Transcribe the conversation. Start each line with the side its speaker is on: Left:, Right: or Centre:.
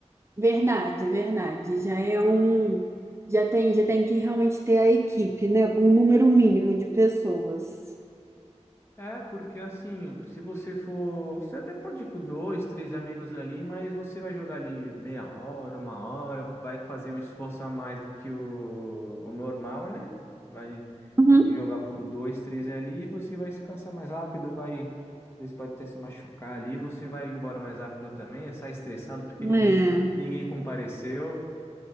Right: verdade, verdade. Já é um, já tem, já tem que realmente ter a equipe, né? Um número mínimo de pessoas.
Left: É, porque assim, se você for. Você até pode ir com dois, três amigos ali, mas você vai jogar ali meia hora, uma hora, vai fazer um esforço a mais do que o, o normal, né? Vai
Right: Uhum.
Left: meio que jogar por dois, três ali, e você vai se cansar mais rápido, vai. Talvez pode até se machucar ali, você vai embora mais rápido também, sai estressado porque
Right: É,
Left: ninguém, <laughs> ninguém compareceu.